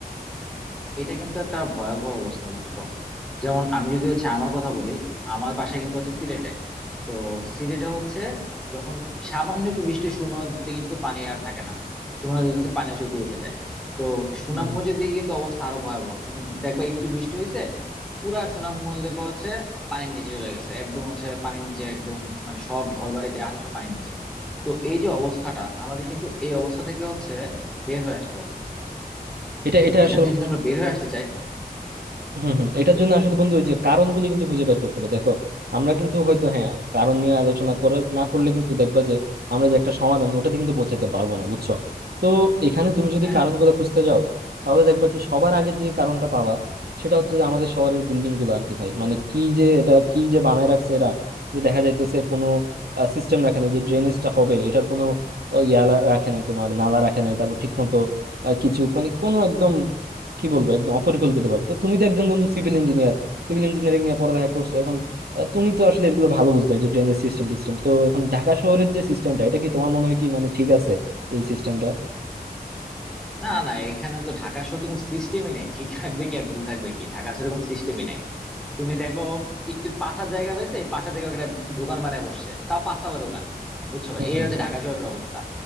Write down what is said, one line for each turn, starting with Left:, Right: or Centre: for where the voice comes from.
Centre: এটা কিন্তু একটা ভয়াবহ অবস্থা বুঝছো যেমন আমি যদি হচ্ছে আমার কথা বলি আমার বাসা কিন্তু হচ্ছে সিলেটে তো সিলেটে হচ্ছে যখন সামান্য একটু বৃষ্টি সুরমা নদীতে কিন্তু পানি আর থাকে না সুরমা নদীতে পানি হচ্ছে উপরে উঠে যায় তো সুনামগঞ্জের
Right: হুম হুম।
Centre: দিকে কিন্তু অবস্থা আরো ভয়াবহ তুমি দেখবা একটু বৃষ্টি হয়েছে পুরা সুনামগঞ্জ দেখবা হচ্ছে পানির নিচে চলে গেছে একদম হচ্ছে পানির নিচে একদম মানে সব ঘর বাড়ি যা আছে সব পানির নিচে তো এই যে
Right: হুম।
Centre: অবস্থাটা আমাদের কিন্তু এই অবস্থা থেকে হচ্ছে বের হয়ে আসতে হবে
Right: এটা এটা
Centre: তো
Right: আসলে
Centre: এখান থেকে যদি আমরা বের হয়ে আসতে চাই
Right: হম হম এটার জন্য আসলে বন্ধু ওই যে কারণগুলো কিন্তু খুঁজে বের করতে হবে দেখো আমরা কিন্তু হয়তো হ্যাঁ কারণ নিয়ে আলোচনা করে না করলে কিন্তু দেখবা যে আমরা যে একটা সমাধান ওটাতে কিন্তু পৌঁছাতে পারবো না বুঝছো তো এখানে তুমি যদি
Centre: হ্যাঁ,
Right: কারণগুলো খুঁজতে যাও তাহলে দেখবা কি সবার আগে যে কারণটা পাবা সেটা হচ্ছে যে আমাদের শহরের বিল্ডিং গুলো আর কি ভাই মানে কি যে এটা কি যে বানায় রাখছে এরা যে দেখা যাইতেছে কোনো সিস্টেম রাখে না যে ড্রেনেজটা হবে এটার কোনো আহ, ইয়া লা- রাখে নাই তোমার নালা রাখে নাই তারপর ঠিক মতো আহ, কিছু মানে কোনো একদম কি বলবো একদম অপরিকল্পিত ভাবে তো তুমি তো একজন বন্ধু সিভিল ইঞ্জিনিয়ার সিভিল ইঞ্জিনিয়ারিং নিয়ে পড়ালেখা করছো এখন আহ, তুমি তো আসলে এগুলো ভালো বুঝবে এই যে ড্রেনেজ সিস্টেম টিস্টেম তো এখন ঢাকা শহরের যে সিস্টেমটা এটা কি তোমার মনে হয় কি মানে ঠিক আছে এই সিস্টেমটা
Centre: না না এখানে তো ঢাকা শহর তো কোনো সিস্টেমই নাই ঠিক থাকবে কি আর ভুল থাকবে কি ঢাকা শহরে কোনো সিস্টেমই নাই তুমি দেখবো ও একটু পাশার জায়গা পাইছে এই পাশার জায়গায় একটা দোকান বানায় বসছে তাও পাঁচতলা দোকান বুঝছো
Right: হুম
Centre: এই
Right: হুম
Centre: হচ্ছে ঢাকা শহরের অবস্থা